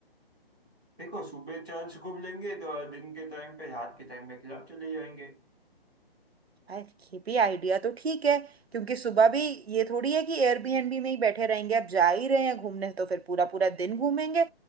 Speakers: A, in the centre; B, on the right.
A: देखो सुबह चर्च घूम लेंगे तो दिन के टाइम पे रात के टाइम पे क्लब चले जाएंगे
B: यार ये भी आइडिया तो ठीक है क्योंकि सुबह भी ये थोड़ी है कि एयरबीएनबी में ही बैठे रहेंगे अब जा ही रहे हैं घूमने तो फिर पूरा पूरा दिन घूमेंगे